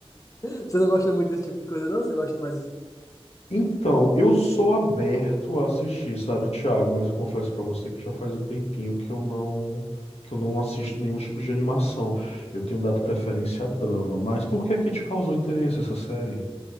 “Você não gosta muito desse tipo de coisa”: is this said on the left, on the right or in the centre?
Left